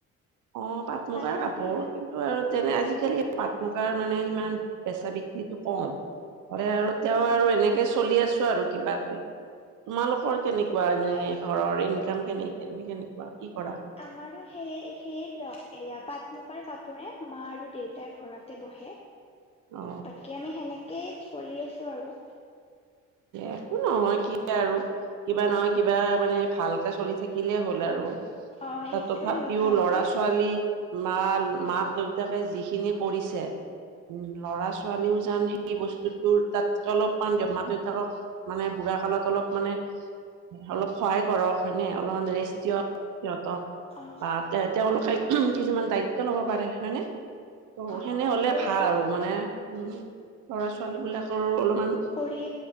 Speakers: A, on the right; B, on the left.
A: অ', পাট-মুগাৰ
B: পাট মুগাৰ
A: কাপোৰ। কিন ত' আৰু তেনে আজিকালি পাট-মুগাৰ মানে সিমান বেচা-বিক্ৰীটো কম হ'লে আৰু তেঅ'
B: অ
A: আৰু এনেকে চলি আছোঁ আৰু কিবাকে। তোমালোকৰ
B: অ
A: কেনেকুৱা?
B: ঠিকে
A: যেনে ঘৰৰ ইনকাম কেনে, কেনেকুৱা, কি কৰা?
B: আমাৰো সেয়ে, সেয়ে দিয়ক। এইয়া পাট-মুগাৰ কাপোৰে, মা আৰু দেউতাৰ ঘৰত। তে বহে।
A: অ
B: বাকী আমি সেনেকেই চলি আছোঁ আৰু।
A: একো নহয়, কি আৰু কিবা নহয় কিবা, মানে ভালকে চলি থাকিলেই হ'ল আৰু।
B: অ সেইটোৱে
A: তথাপিও
B: হয় ভালকে
A: ল'ৰা-ছোৱালী মাল মাক-দেউতাকে যিখিনি কৰিছে। উম। ল'ৰা-ছোৱালীও যান সেই বস্তুটো ৰ তাত অলপমান <unintelligible> থাকক, মানে বুঢ়া কালত অলপ মানে অলপ সহায় কৰক। হয়নে? অলপমান ৰেষ্ট দিয়ক সিহঁতক।
B: অ
A: বা তে তেওঁলোকে কিছুমান দায়িত্ব ল'ব পাৰে। হয়নে? ত'
B: অ
A: সেনে
B: সেইটোৱেইটো
A: হ'লে ভাল আৰু মানে, উম ল'ৰা-ছোৱালীবিলাকৰো অলমান
B: <unintelligible>